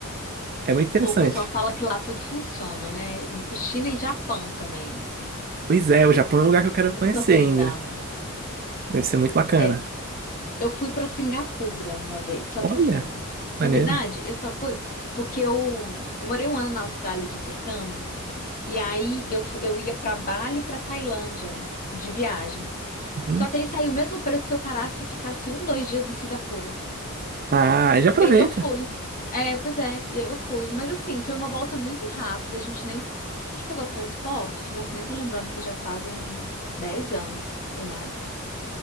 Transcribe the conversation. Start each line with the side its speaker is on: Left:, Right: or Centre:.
Right: É muito interessante.
Left: o pessoal fala que lá tudo funciona, né? China e Japão também, assim.
Right: Pois é, o Japão é um lugar
Left: Tudo
Right: que eu quero
Left: muito
Right: conhecer
Left: organizado.
Right: ainda. Deve ser muito bacana.
Left: É, Eu fui para Singapura uma vez, só
Right: Olha,
Left: que assim,
Right: maneiro.
Left: na verdade, eu só fui porque eu, eu morei um ano na Austrália de intercâmbio e aí eu, fu- eu ia para Bali e para Tailândia de viagem.
Right: Uhum.
Left: Só que aí saiu o mesmo preço se eu parasse e ficasse um, dois dias em Singapura.
Right: Ah, já aproveita.
Left: E aí eu fui. É, pois é, e aí eu fui. Mas assim, foi uma volta muito rápida. A gente nem, a gente pegou transporte. Nossa, nem tô lembrando porque já fazem 10 anos ou mais.